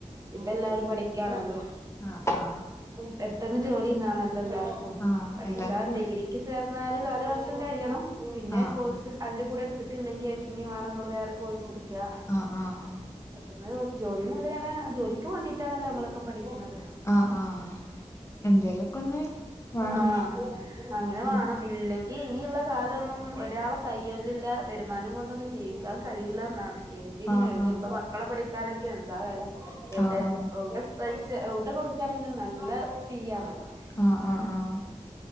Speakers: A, on the right; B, on the left.
A: ഇപ്പ എല്ലാരും പഠിക്കാണല്ലോ
B: ആഹ് ആഹ് ആഹ്
A: പെട്ടെന്ന് ജോലിന്നണല്ലോ എല്ലാർക്കും
B: ആഹ്
A: പഠിക്കാൻ
B: എല്ലാർക്കും
A: ഡിഗ്രി- ക്ക് ചേർന്നാല് നാല് വർഷം കഴിയണം പിന്നെ
B: ആഹ്
A: കോഴ്‌സ് അതിന്റെ കൂടെ എടുത്തിട്ടില്ലെങ്കി പിന്നെയും വേണം നമ്മള് വേറെ കോഴ്സ് എടുക്കുക
B: ആഹ് ആഹ് ആഹ്
A: പെട്ടെന്ന് ഒരു ജോലിന്നല്ലാണ് ജോലിക്ക് വേണ്ടിട്ടാണല്ലോ നമ്മളൊക്കെ പഠിക്കുന്നത്
B: ആഹ് ആഹ് എന്തേലൊക്കെ ഒന്ന് വേണം
A: ആഹ് അങ്ങനെ വേണം
B: ഉം
A: ഇല്ലെങ്കിൽ ഇനിയുള്ള കാലൊന്നും ഒരാള് കയ്യിലില്ല വരുമാനം കൊണ്ടൊന്നും ജീവിക്കാൻ ക്കാൻ കഴിയൂല്ലാന്നാണ് എന്തിനും
B: ആഹ്
A: എവിടെ
B: ആഹ്
A: ഇപ്പ മക്കളെ പഠിക്കാനൊക്കെ എന്താ വെല എവിടെ
B: ആഹ് ആഹ്
A: എവിടെ പൈസ എവിടെ കൊടുക്കയാണെങ്കിലും നല്ല ഫീ ആണല്ലോ
B: ആഹ് ആഹ് ആഹ്